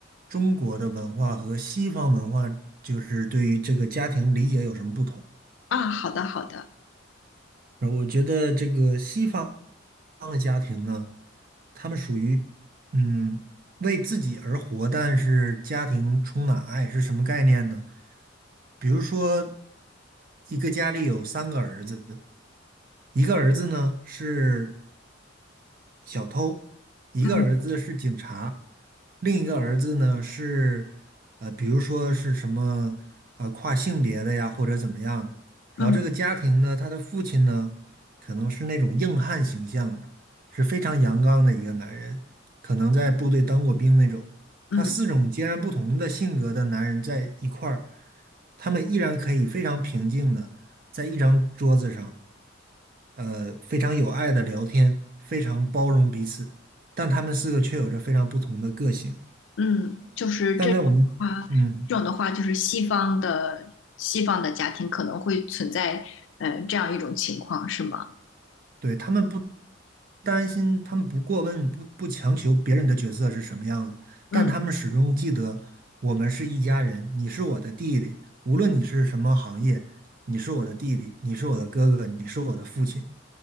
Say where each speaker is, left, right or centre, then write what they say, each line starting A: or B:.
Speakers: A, on the right; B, on the left.
A: 中国的文化和西方文化就是对于这个家庭理解有什么不同。
B: 啊，好的，好的，
A: 然后我觉得这个西方的家庭呢，他们属于嗯为自己而活，但是家庭充满爱是什么概念呢？比如说，一个家里有三个儿子，一个儿子呢是小偷，一个儿子是警察，
B: 嗯
A: 另一个儿子呢是，呃，比如说是什么，呃，跨性别的呀，或者怎么样的。然后这个家庭呢，
B: 嗯
A: 他的父亲呢，可能是那种硬汉形象的，是非常阳刚的一个男人，可能在部队当过兵那种。
B: 嗯
A: 他四种截然不同的性格的男人在一块儿，他们依然可以非常平静的在一张桌子上。呃，非常有爱的聊天，非常包容彼此，但他们四个却有着非常不同的个性。
B: 嗯，就是这种的话，
A: 但在我们，嗯，
B: 这种的话就是西方的西方的家庭可能会存在呃这样一种情况，是吗？
A: 对，他们不担心，他们不过问，不不强求别人的角色是什么样的，
B: 嗯
A: 但他们始终记得我们是一家人，你是我的弟弟，无论你是什么行业，你是我的弟弟，你是我的哥哥，你是我的父亲，